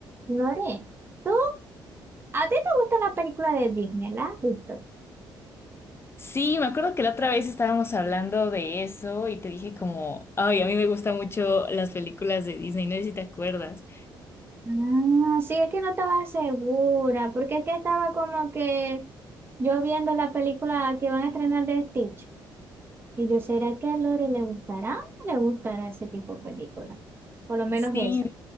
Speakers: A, on the right; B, on the left.
A: Lore, ¿tú, a ti te gustan las películas de Disney? ¿Las has visto?
B: Sí, me acuerdo que la otra vez estábamos hablando de eso y te dije como, ay, a mí me gustan mucho las películas de Disney, no sé si te acuerdas.
A: Ah, sí, es que no estaba segura, porque es que estaba como que yo viendo la película que van a estrenar de Stitch. Y yo, ¿será que a Lore le gustará? o no ¿Le gustará ese tipo de película? Por lo menos
B: Sí,
A: esa.